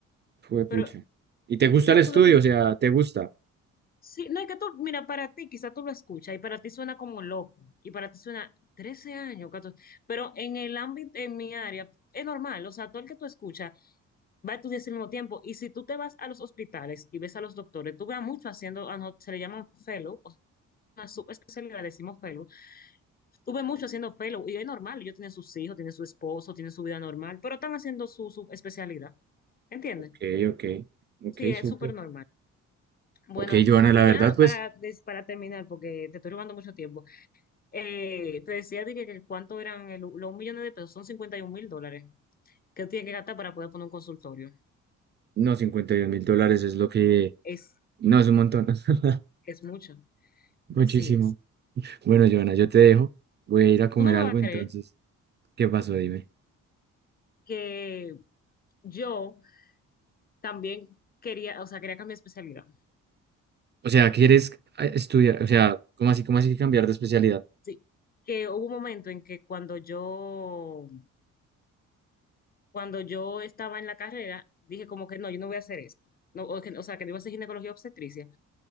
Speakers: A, on the right (about 35°); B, on the left (about 30°).
A: Fue pucha.
B: pero
A: ¿Y te gusta
B: quizás
A: el estudio?
B: tú lo... escu-
A: O sea, ¿te gusta?
B: Sí, no, es que tú, mira, para ti quizás tú lo escuchas y para ti suena como loco, y para ti suena 13 años, 14, pero en el ámbito, en mi área, es normal, o sea, todo el que tú escuchas va a estudiar al mismo tiempo, y si tú te vas a los hospitales y ves a los doctores, tú veas mucho haciendo, ano- se le llaman fellow, o sea, una subespecialidad, decimos fellow, Tuve mucho haciendo fellow y es normal, ellos tienen sus hijos, tienen su esposo, tienen su vida normal, pero están haciendo su, su especialidad. ¿Entiendes?
A: Ok, ok, ok,
B: Sí, es
A: súper.
B: súper normal. Bueno,
A: Ok, Joana, la
B: y
A: verdad,
B: ya
A: pues,
B: para, des- para terminar, porque te estoy robando mucho tiempo, eh, te decía de que, que cuánto eran el- los millones de pesos, son cincuenta y un mil dólares que tiene que gastar para poder poner un consultorio.
A: no, cincuenta y dos mil dólares es lo que...
B: Es,
A: No, es un montón. <laughs>
B: es mucho,
A: Muchísimo.
B: así es.
A: Bueno, Joana, yo te dejo. Voy a ir a comer
B: Tú no me
A: algo,
B: vas a creer
A: entonces, ¿qué pasó? Dime.
B: que yo también quería, o sea, quería cambiar de especialidad.
A: O sea, ¿quieres eh, estudiar? O sea, ¿cómo así, cómo así que cambiar de especialidad?
B: Sí, que hubo un momento en que cuando yo, cuando yo estaba en la carrera, dije como que no, yo no voy a hacer esto. No, o, que- o sea, que no iba a hacer ginecología y obstetricia.